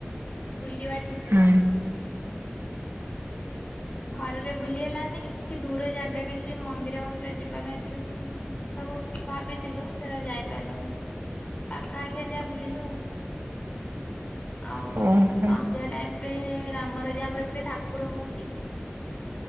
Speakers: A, on the left; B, on the right.
A: ବୁଲିବା ଠିକ ହେଲାନି।
B: ହୁଁ
A: ଖରାରେ ବୁଲି ହେଲାନି କି ଦୂର ଜାଗା କିଛି ମନ୍ଦିର ମନ୍ଦିର ଯିବା ପାଇଁ ଯୋଉ ଉ ସବୁ ଭାବିଥିଲୁ ସେଟା ଯାଇପାରିଲୁନି ପାଖ ଆଖିଆ ଯା ବୁଲିଲୁ ଆଉ ଆଉ
B: ଓହୋ ହୁଁ
A: ସନ୍ଧ୍ୟା ଟାଇମ ରେ ରାମ ରଜା ଆମର ଏପଟେ ଠାକୁର ହୁଅନ୍ତି।